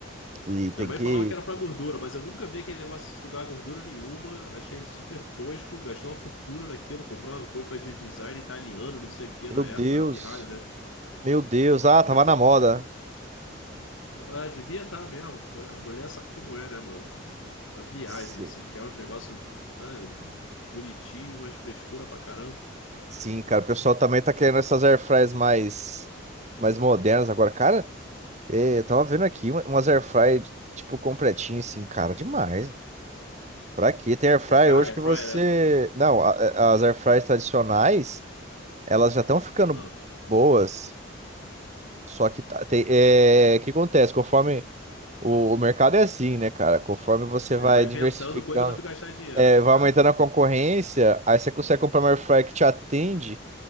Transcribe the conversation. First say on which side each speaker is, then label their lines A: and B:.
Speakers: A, on the right (about 35°); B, on the left (about 80°).
A: e tem
B: Minha mãe
A: que.
B: falava que era pra gordura, mas eu nunca vi aquele negócio de sugar gordura nenhuma. Achei super tosco, gastou uma fortuna naquilo, comprou uma coifa de design italiano, não sei o que,
A: Meu
B: na época,
A: Deus!
B: eu era pirralha, né?
A: Meu Deus! Ah,
B: Gastou.
A: tava na moda.
B: um, Ah, devia estar mesmo. A mulher sabe como é, né, mano? A viagem,
A: Sim,
B: assim, que é uns negócios ah, bonitinho, mas frescura pra caramba.
A: Sim, cara. O pessoal também tá querendo essas airfryers mais, mais modernas agora. Cara, eh, eu tava vendo aqui uma- umas airfryer, tipo, completinho assim, cara, demais. Pra quê? Tem air fryer
B: É cara,
A: hoje
B: é
A: que
B: fryer,
A: você.
B: né?
A: Não, a- a- as air fryers tradicionais, elas já estão ficando
B: Ah.
A: boas. Só que tá, tem, é, o que acontece? Conforme o, o mercado é assim, né, cara? Conforme você
B: Ele
A: vai
B: vai inventando
A: diversificando,
B: coisa pra tu gastar dinheiro.
A: é, vai
B: É.
A: aumentando a concorrência, aí você consegue comprar uma air fryer que te atende